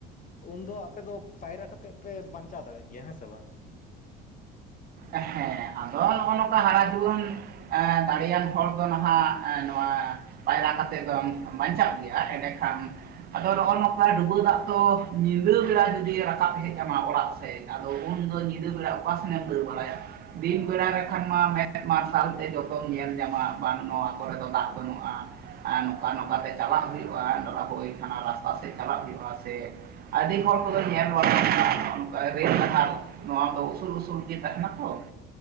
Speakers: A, on the left; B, on the right.
A: ᱩᱱᱫᱚ ᱟᱯᱮ ᱫᱚ ᱯᱟᱭᱨᱟ ᱠᱟᱛᱮᱜ ᱯᱮ ᱵᱟᱧᱪᱟᱣ ᱫᱟᱲᱮᱜ ᱜᱮᱭᱟ ᱦᱮᱸ ᱥᱮ ᱵᱟᱝ?
B: ᱮᱸ ᱦᱮᱸ ᱟᱫᱚ ᱱᱚᱼᱚ ᱱᱚᱝᱠᱟ ᱦᱟᱨᱟ ᱡᱩᱣᱟᱹᱱ ᱮᱸ ᱫᱟᱲᱮᱭᱟᱱ ᱦᱚᱲ ᱫᱚ ᱱᱟᱦᱟᱜ ᱱᱚᱣᱟᱼᱼ ᱯᱟᱭᱨᱟ ᱠᱟᱛᱮᱜ ᱫᱚᱢ ᱵᱟᱧᱪᱟᱜ ᱜᱮᱭᱟ ᱮᱸᱰᱮᱠᱷᱟᱱᱼᱼ ᱟᱫᱚ ᱱᱚᱼᱚ ᱱᱚᱝᱠᱟ ᱰᱩᱵᱟᱹ ᱫᱟᱜ ᱛᱚ ᱧᱤᱫᱟᱹ ᱵᱮᱲᱟ ᱡᱩᱫᱤ ᱨᱟᱠᱟᱵ ᱦᱮᱡ ᱟᱢᱟ ᱚᱲᱟᱜ ᱥᱮᱫᱼᱼ ᱟᱫᱚ ᱩᱱᱫᱚ ᱧᱤᱫᱟᱹ ᱵᱮᱲᱟ ᱚᱠᱟ ᱥᱮᱱ ᱮᱢ ᱫᱟᱹᱲ ᱵᱟᱲᱟᱭᱟ ᱾ ᱫᱤᱱ ᱵᱮᱲᱟ ᱨᱮᱠᱷᱟᱱ ᱢᱟ ᱢᱮᱫ ᱢᱟᱨᱥᱟᱞ ᱛᱮ ᱡᱚᱛᱚᱢ ᱧᱮᱞ ᱧᱟᱢᱟ ᱵᱟᱝ ᱱᱚᱣᱟ ᱠᱚᱨᱮ ᱫᱚ ᱫᱟᱜᱽ ᱵᱟᱹᱱᱩᱜᱼᱟ ᱾ ᱮᱸ ᱱᱚᱝᱠᱟ ᱱᱚᱝᱠᱟ ᱛᱮ ᱪᱟᱞᱟᱜ ᱦᱩᱭᱩᱜᱼᱟ ᱟᱫᱚ ᱵᱟᱠᱚ ᱦᱩᱭᱩᱜ ᱠᱷᱟᱱ ᱨᱟᱥᱛᱟ ᱥᱮᱫ ᱪᱟᱞᱟᱜ ᱦᱩᱭᱩᱜᱼᱟ ᱥᱮᱼᱼ ᱟᱹᱰᱤ ᱦᱚᱲ ᱠᱚᱫᱚ ᱧᱮᱞ ᱵᱟᱲᱟ <unintelligible> ᱦᱚᱜ ᱚᱝᱠᱟ ᱨᱮᱞ <unintelligible> ᱱᱚᱣᱟ ᱫᱚ ᱩᱥᱩᱞ ᱩᱥᱩᱞ ᱜᱮ ᱛᱟᱦᱮᱱᱟ ᱛᱚ ᱾